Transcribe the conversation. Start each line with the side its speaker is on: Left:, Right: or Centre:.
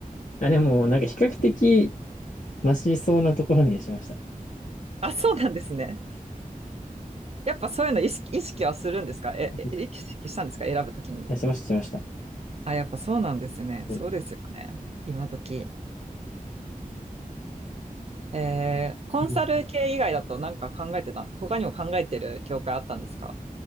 Left: あ、でも、なんか比較的、マシそうなところにはしました。
Right: あ、そうなんですね。やっぱそういうの意識、意識はするんですかえ、
Left: <laughs>
Right: え意識したんですか選ぶときに。
Left: あしました、しました。
Right: あ、やっぱそうなんですね。
Left: うん。
Right: そうですよね。今時。えー、コンサル系以外だとなんか考えてた、
Left: うん
Right: 他にも考えてる業界あったんですか